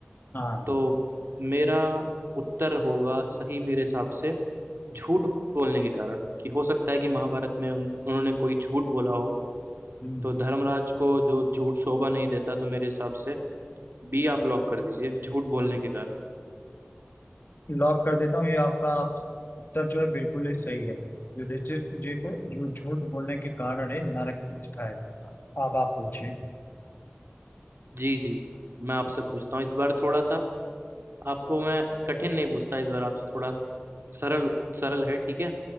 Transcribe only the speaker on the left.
हाँ
हम्म।
लॉक कर देता हूँ ये आपका आप उत्तर जो है बिल्कुल ही सही है युधिष्ठिर जी को जो झूठ बोलने के कारण ही नरक दिखाया गया था आप आप पूछिए